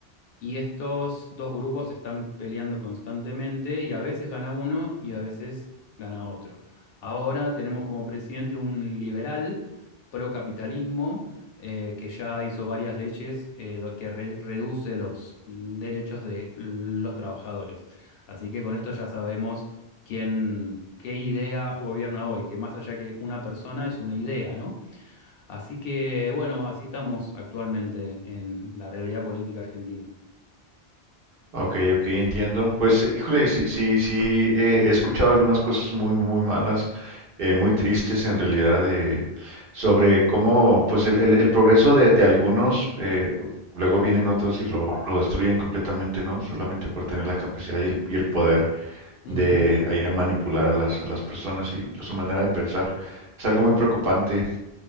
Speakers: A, on the left; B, on the right.
A: Y estos dos grupos están peleando constantemente y a veces gana uno y a veces gana otro. Ahora tenemos como presidente un liberal procapitalismo eh, que ya hizo varias leyes eh, do- que re- reduce los derechos de los trabajadores. Así que con esto ya sabemos quién, qué idea gobierna hoy, que más allá que una persona es una idea, ¿no? Así que bueno, así estamos actualmente en la realidad política argentina.
B: Ok, ok, entiendo. Pues, eh, híjole, sí, sí, sí, eh, he escuchado algunas cosas muy, muy malas, eh, muy tristes en realidad, de, sobre cómo, pues, el, el- el progreso de, de algunos, eh, luego vienen otros y lo, lo destruyen completamente, ¿no? Solamente por tener la capacidad y el, y el poder
A: Ujú,
B: de ahí, manipular a las, a las personas y su manera de pensar. Es algo muy preocupante.